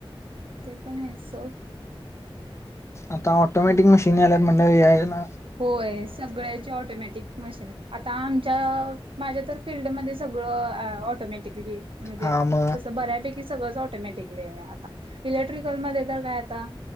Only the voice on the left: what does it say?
आता ऑटोमॅटिक
मशीन आल्या म्हणज आहे ना.
हा म